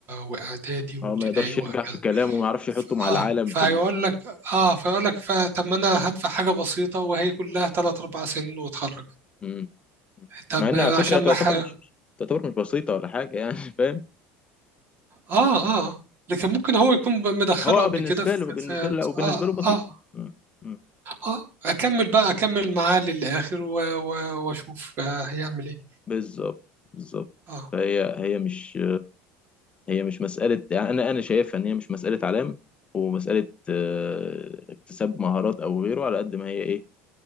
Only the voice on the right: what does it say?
وإعدادي وابتدائي
وهكذا
اه
فهيقول
لك اه فيقول لك ف- طب ما انا هدفع حاجه بسيطه وهي كلها 3 4 سنين واتخرج
طب
عشان
ما ح... اه
اه لكن ممكن هو يكون ب- مدخله
قبل
كده في,
في...
اه
اه
اه اكمل بقى اكمل معاه للاخر و... و... واشوف آه هيعمل ايه
اه